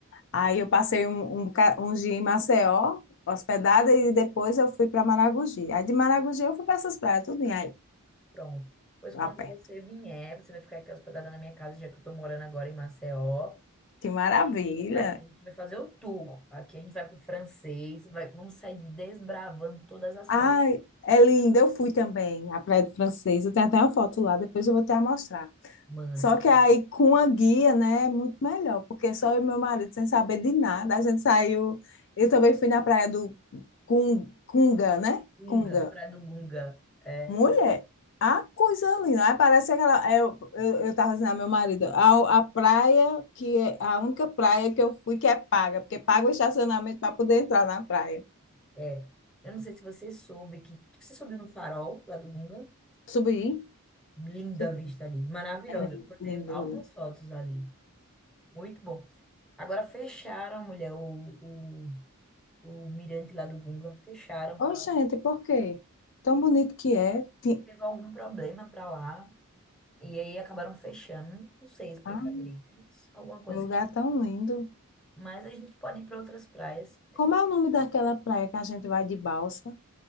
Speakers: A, on the left (about 55°); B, in the centre.
A: aí eu passei um, um, boca- um dia em Maceió, hospedada, e depois eu fui para Maragogi. Aí de Maragogi eu fui para essas praias, tudo em aí,
B: Pronto. Pois
A: lá
B: quando
A: perto.
B: você vier, você vai ficar aqui hospedada na minha casa, já que eu tô morando agora em Maceió.
A: Que maravilha!
B: E aí você vai, a gente vai fazer o tour. Aqui a gente vai pro francês, vai, vamos sair desbravando todas as
A: Ai,
B: praias.
A: é linda. Eu fui também à Praia do Francês. Eu tenho até uma foto lá, depois eu vou até mostrar.
B: Mande.
A: Só que aí com a guia, né, é muito melhor, porque só eu e meu marido, sem saber de nada, a gente saiu. Eu também fui na praia do Cun- Cunga, né?
B: Gunga,
A: Cunga.
B: Praia do Gunga. É,
A: Mulher, a coisa linda. Aí parece aquela. é, Eu, eu, eu tava dizendo ao meu marido, a, a praia que é a única praia que eu fui que é paga, porque paga o estacionamento para poder entrar na praia.
B: é. Eu não sei se você soube que. Você subiu no farol lá do Gunga?
A: Subir.
B: Linda
A: Subir.
B: a vista ali. Maravilhosa.
A: É lindo,
B: Fazer altas
A: lindo.
B: fotos ali. Muito bom. Agora fecharam, mulher, o, o, o mirante lá do Gunga. Fecharam.
A: Ô, gente, por quê? Tão bonito que é. Ti-
B: Teve algum problema pra lá. E aí acabaram fechando. Não sei explicar
A: Ah,
B: direito. Alguma coisa
A: um lugar
B: que.
A: tão lindo.
B: Mas a gente pode ir para outras praias.
A: Como é o nome daquela praia que a gente vai de balsa?